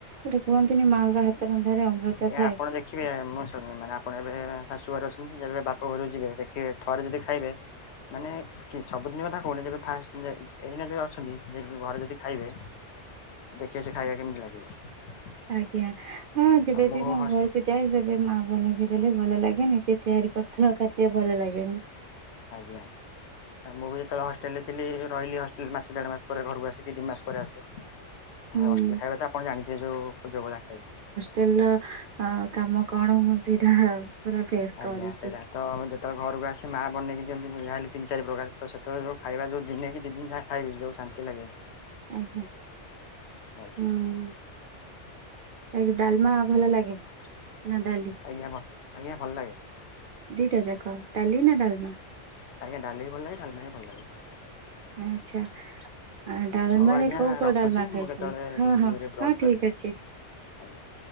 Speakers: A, on the right; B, on the left.
A: ଗୋଟେ କୁହନ୍ତିନି ମାଆଙ୍କ ହାତ ରନ୍ଧାରେ ଅମୃତ
B: ଆଜ୍ଞା
A: ଥାଏ।
B: ଆପଣ ଦେଖିବେ ମୁଁ ମାନେ ଆପଣ ଏବେ ଶାଶୁ ଘରେ ଅଛନ୍ତି, ଯେବେ ବାପ ଘରକୁ ଯିବେ, ଦେଖିବେ ଥରେ ଯଦି ଖାଇବେ ମାନେ କି ସବୁଦିନ କଥା କହୁନି ଯେବେ ଫାଷ୍ଟ ଯେ ଏଇନା ଯେ ଅଛନ୍ତି ଦେଖିବେ ଘରେ ଯଦି ଖାଇବେ ଦେଖିବେ ସେ ଖାଇବା କେମିତି ଲାଗିବ।
A: ଆଜ୍ଞା, ହଁ ଯେବେବି
B: ଆଉ
A: ମୁଁ
B: ହସ
A: ଘରକୁ ଯାଏ ସେ ଏ ମା ବନେଇକି ଦେଲେ ଭଲ ଲାଗେନି ଯିଏ ତିଆରି କରିଥିବ କେତେ ଭଲ ଲାଗେ।
B: ଆଜ୍ଞା ମୁଁ ବି ଯେତେବେଳେ ଷ୍ଟେଲେ ଥିଲି ରହିଲି ହଷ୍ଟେଲ ମାସେ ଦେଢ ମାସ ପରେ ଘରକୁ ଆସିକି ତିନି ମାସ ପରେ ଆସେ।
A: ହୁଁ
B: ହ ଅଷ୍ଟେଲ ଖାଇବା ତ ଆପଣ ଜାଣିଛିବେ ଯୋଉ ଯୋଉ ଭଳିଆ ଖାଇବା।
A: ତେଲ ଅ କାମ କଣ ମୁଁ ସେଇଟା। ପୁରା ଫେସ୍
B: ଆଜ୍ଞା
A: କରିଛି
B: ସେଇଟା ତ ଯେ ତ ଘରକୁ ଆସି ମାଆ ବନେଇକି ଦିଅନ୍ତି ଯା ହେଲେ ତିନି ଚାରି ପ୍ରକାର ତ ସେତେ ବେଳର ଖାଇବା ଯଉ ଦିନେ କି ଦି ଦିନ ଯା ଖାଇବି ଯେଉ ଶାନ୍ତି ଲାଗେ।
A: ଆଜ୍ଞା
B: ଆଜ୍ଞା
A: ହୁଁ। ଆଇଗି ଡାଲମା ଭଲ ଲାଗେ ନା ଡାଲି?
B: ଆଜ୍ଞା ଭ ଆଜ୍ଞା ଭଲ ଲାଗେ।
A: ଦିଟା ଯାକ ଡାଲି ନା ଡାଲମା।
B: ଆଜ୍ଞା ଡାଲି ଭି ଭଲ ଲାଗେ ଡାଲମା ବି ଭଲ ଲାଗେ।
A: ଆଚ୍ଛା। ଆ ଡାଲମାରେ
B: ହଉ ଆଜ୍ଞା
A: କୋଉ କୋଉ
B: ରଖୁଛି
A: ଡାଲମା ଖାଇଛନ୍ତି
B: ମୁଁ କେତେବେଳେ
A: ହଁ ହଁ ହଁ
B: ବ୍ରସ୍ କରିବି
A: ଠିକ ଅଛି।
B: ଆଜ୍ଞା।